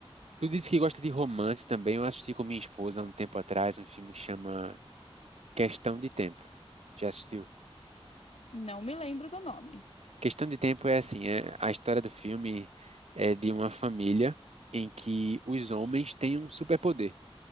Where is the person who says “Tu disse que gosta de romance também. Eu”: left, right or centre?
Right